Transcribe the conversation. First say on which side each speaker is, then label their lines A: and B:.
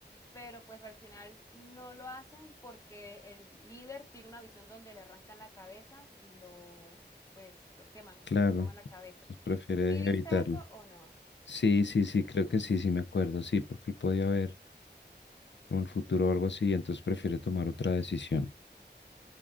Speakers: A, on the left (about 15°); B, on the left (about 80°).
A: pero pues al final no lo hacen porque el líder tiene una visión donde le arrancan la cabeza y lo, pues, lo queman,
B: claro.
A: le queman la cabeza.
B: Entonces prefiere
A: ¿Sí viste
B: evitarlo.
A: eso o no?
B: Sí, sí, sí, creo que sí, sí me acuerdo. Sí, porque él podía ver como el futuro o algo así, y entonces prefiere tomar otra decisión.